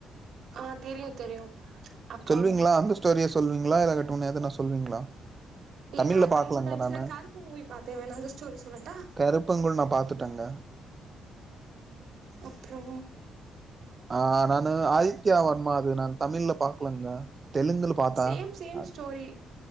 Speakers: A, on the right; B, on the right.
A: ஆ தெரியு தெரியு அப்றோ
B: சொல்வீங்களா அந்த ஸ்டோரிய சொல்வீங்களா இல்லாகாட்டு இன்ன எதுனா சொல்வீங்களா
A: இல்ல
B: தமிழ்ல
A: நா
B: பாக்கலாங்க
A: ரீசன்ட் டைம்ஸ்ல
B: நானு
A: கருப்பு மூவி பாத்தே வேண்ணா அந்த ஸ்டோரி சொல்லட்டா
B: கருப்பங்கூழ் நான் பாத்துட்டேங்க
A: அப்றோ
B: ஆ நானு ஆதித்யா வர்மா அது நான் தமிழ்ல பாக்கலங்கா தெலுங்குல பாத்தா
A: சேம் சேம்
B: ஆ
A: ஸ்டோரி